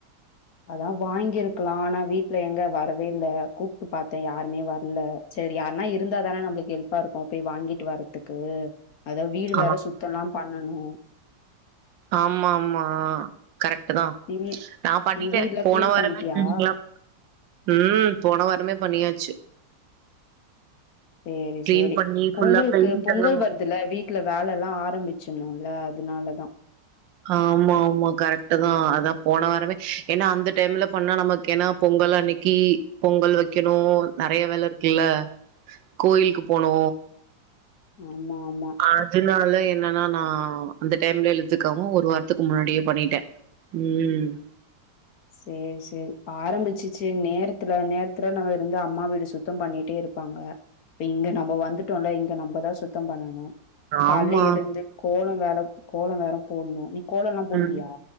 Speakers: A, on the left; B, on the right.
A: அதா வாங்கியிருக்கலா ஆனா வீட்டுல எங்க வரவே இல்ல கூப்பிட்டு பாத்தே யாருமே வரல சேரி யாருன்னா இருந்தான நம்மளுக்கு ஹெல்ப்பா இருக்கும் போய் வாங்கிட்டு வர்றதுக்கு அத வீடு
B: ஆ
A: வேற சுத்தல்லா பண்ணணு
B: ஆமா ஆமா கரெக்ட் தா
A: நீ வீ
B: நா பண்ணிட்டே
A: நீ வீட்ல
B: போன
A: கிளீன்
B: வாரமே
A: பண்ணிட்டியா
B: கிளீனிங்ல்லா ம் போன வாரமே பண்ணியாச்சு
A: சேரி
B: கிளீன்
A: சேரி
B: பண்ணி
A: பொங்கலுக்கு
B: ஃபுல்லா பெயிண்ட்
A: பொங்கல்
B: எல்லா
A: இதுல வீட்டுல வேலல்லா ஆரம்பிச்சணுல்ல அதனாலதா
B: ஆமா ஆமா கரெக்ட் தா அதா போன வாரமே ஏன்னா அந்த டைம்ல பண்ணா நமக்கு ஏனா பொங்கல் அன்னைக்கி பொங்கல் வைக்கணு நறைய வேல இருக்குல்ல கோயிலுக்கு போனு
A: ஆமா ஆமா
B: அதனால என்னன்னா நா அந்த டைம்ல எழுத்துக்காம ஒரு வாரத்துக்கு முன்னாடியே பண்ணிட்டே ம்
A: சேரி சேரி ஆரம்பிச்சிச்சு நேரத்துல நேரத்துல நம்ம இருந்து அம்மா வீடு சுத்தம் பண்ணிட்டே இருப்போ ப்பாங்க இங்க நம்ம வந்துட்டோல இங்க நம்மதா சுத்தோ பண்ணணு கால்ல
B: ஆமா
A: எழுந்து கோலோ வேலா கோலோ வேற போடணு நீ கோலோல்லா போடுவியா
B: ம்